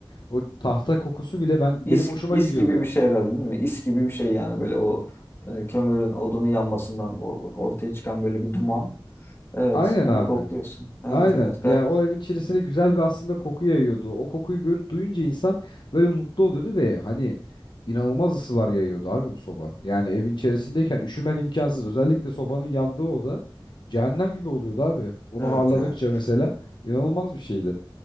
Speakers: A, on the left; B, on the left.
A: o tahta kokusu bile ben
B: İS,
A: benim hoşuma
B: is
A: gidiyordu.
B: gibi bir şey herhalde değil mi? İs gibi bir şey yani böyle o e, kömürün odunun yanmasından o- o- ortaya çıkan böyle bir duman. Evet,
A: Aynen
B: onu
A: abi.
B: kokluyorsun. Evet,
A: Aynen.
B: evet. Gay
A: Yani o evin içerisine güzel bir aslında koku yayıyordu. O kokuyu görüp duyunca insan böyle mutlu oluyordu ve hani inanılmaz ısılar yayıyordu abi bu soba. Yani evin içerisindeyken üşümen imkansız. Özellikle sobanın yandığı oda cehennem gibi oluyordu abi. Onu
B: evet,
A: harladıkça
B: evet.
A: mesela inanılmaz bir şeydi.